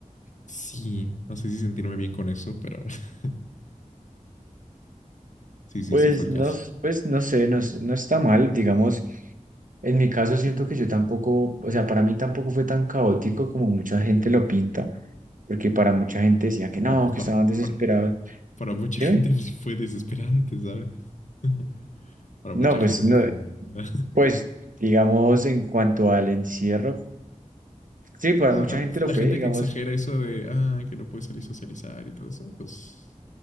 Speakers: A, on the left; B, on the right.
A: Sí, no sé si sentirme bien con eso, pero <laughs> sí, sí,
B: Pues
A: sí fue el
B: no,
A: caso.
B: s- pues no sé, no, s- no está mal, digamos. En mi caso siento que yo tampoco, o sea, para mí tampoco fue tan caótico como mucha gente lo pinta porque para mucha gente decía que no,
A: No, pues
B: que
A: para,
B: estaban desesperados.
A: para- Para mucha
B: Dime.
A: gente pues, sí fue desesperante, ¿sabes? <laughs> Para
B: No,
A: mucha
B: pues
A: gente sí
B: no,
A: fue muy... <laughs>
B: pues digamos en cuanto al encierro, sí, para
A: Ah,
B: mucha
A: hablas
B: gente
A: de
B: lo
A: la
B: fue,
A: gente
B: digamos,
A: que exagera eso de, ah, que no puede salir a socializar y todo eso. Pues,